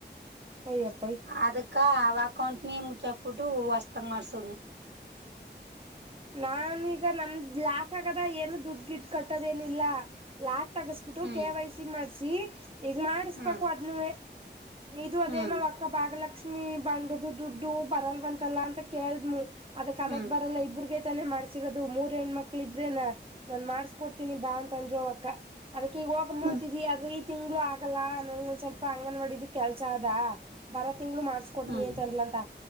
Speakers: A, on the right; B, on the right.
A: ಅಯ್ಯಪೈ.
B: ಅದಕ್ಕ ಅವ ಅಕೌಂಟ್ನೇ ಮುಚ್ಚಾಕಬಿಟ್ಟು ಹೊಸ್ದಾಗ ಮಾಡ್ಸೋದ್.
A: ನಾನೀಗ ನಮ್ದ್ ಲಾಕ್ ಆಗದ ಏನು ದುಡ್ ಗಿಡ್ ಕಟ್ಟೋದೇನಿಲ್ಲ. ಲ್ಯಾಕ್ ತಗಸ್ಬಿಟ್ಟು
B: ಹ್ಮ್
A: ಕೆ ವೈ ಸಿ ಮಾಡ್ಸಿ ಈಗ ಮಾಡಿಸ್ಬೇಕು
B: ಹ್ಮ್
A: ಅದ್ನು. ಇದು ಅದೇನೋ
B: ಹ್ಮ್
A: ಆ ಅಕ್ಕ ಭಾಗಲಕ್ಷ್ಮಿ. ಬಾಂಡ್ದು ದುಡ್ಡು ಬರಲ್ವಾತಲ್ಲ ಅಂತ ಕೇಳದ್ಮು ಅದಕ್ ಅದಕ್ಕೆ
B: ಹ್ಮ್
A: ಬರಲ್ಲ ಇಬ್ರಗ ತಾನೆ ಮಾಡಸಿರೋದು ಮೂರ್ ಹೆಣ ಮಕ್ಳ ಇದ್ರೆ ನಾನ್ ಮಾಡ್ಸ್ಕೊಡ್ತೀನಿ ಬಾ ಅಂತ ಅಂದ್ರು ಅವಕ್ಕ. ಅದಕ್ಕೆ ಈಗ ಹೋಗುಮು
B: ಹ್ಮ್
A: ಅಂತಿದ್ದೀ ಈ ತಿಂಗಳು ಆಗಲ್ಲ ನನಗೆ ಒಂದು ಸ್ವಲ್ಪ ಅಂಗನವಾಡಿದು ಕೆಲಸ ಅದ ಬಾರ ತಿಂಗ್ಗಳು ಮಾಡಿ. ಕೊತನಿ
B: ಹ್ಮ್
A: ಅಂತನ್ಲಂತ